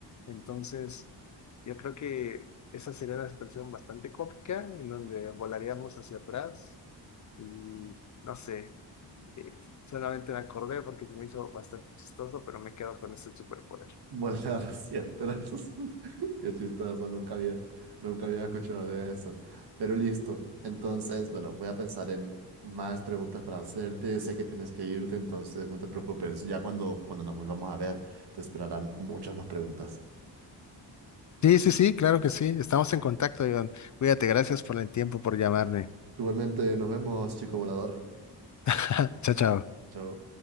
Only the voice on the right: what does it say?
<laughs> Volar hacia atrás. <laughs> Qué chistoso, nunca había, nunca había escuchado de eso. Pero listo. Entonces, bueno, voy a pensar en más preguntas para hacerte. Sé que tienes que irte, entonces no te preocupes. Ya cuando, cuando nos volvamos a ver, te esperarán muchas más preguntas.
Igualmente, nos vemos, chico volador.
Chao.